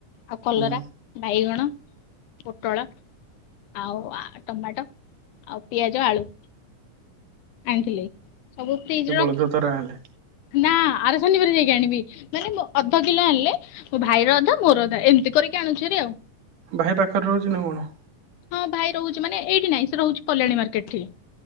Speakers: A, on the left; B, on the right.
A: ଆଉ କଲରା,
B: ହୁଁ
A: ବାଇଗଣ, ପୋଟଳ ଆଉ ଟମାଟୋ, ଆଉ ପିଆଜ ଆଳୁ ଆଣିଥିଲି ସବୁ ଫ୍ରିଜ୍ ରେ ର
B: ଚଉଦ ଥର ହେଲେ
A: ନା ଆର ଶନିବାର ଯାଇକି ଆଣିବି। ମାନେ ଅଧ କିଲୋ ଆଣିଲେ ମୋ ଭାଇର ଅଧା ମୋର ଅଧା ଏମିତି କରିକି ଆଣୁଛୁ ହାରି
B: ଭାଇ ପାଖରେ ରହୁଛି ନା କଣ?
A: ହଁ ଭାଇ ରହୁଛି ମାନେ ଏଇଠି ନାଇଁ ସେ ରହୁଛି କଲ୍ୟାଣୀ ମାର୍କେଟ ରେ।